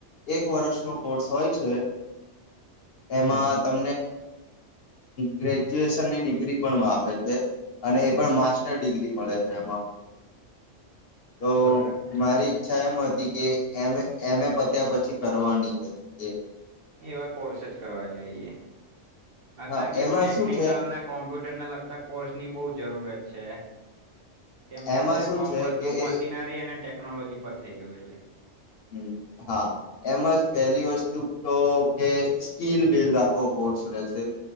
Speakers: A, on the left; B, on the right.
A: એક એક વર્ષનો કોર્સ હોય છે
B: હમ
A: એમાં ત ગ્રેજ્યુએશનની ડિગ્રી પણે છે અને એ પણ માસ્ટર ડિગ્રી મળે છે એમાં તો
B: બરાબર
A: મારી ઈચ્છા એમ હતી કે એ એમ પત્યા પછી પછી કરવાની છે જી
B: એવા કોર્સ જ કરવા જોઈએ અત્યારે
A: હા
B: કેવું
A: એમાં
B: ટેકનિકલ
A: શું છે
B: ના કોમ્પ્યુટર ને લગતા કોર્સની બહુ જરૂરત છે છે કેમ કે
A: એમાં
B: અત્યારે
A: શું
B: કોમ
A: છે
B: બધું
A: કે
B: મશીનરી
A: એ
B: ને ટેકનોલોજી પર થઈ ગયું એટલે
A: હ હા એમાંજ પેલી વસ્તુ તો કે સ્કીલ બેઝ આખો કોર્સ ર છે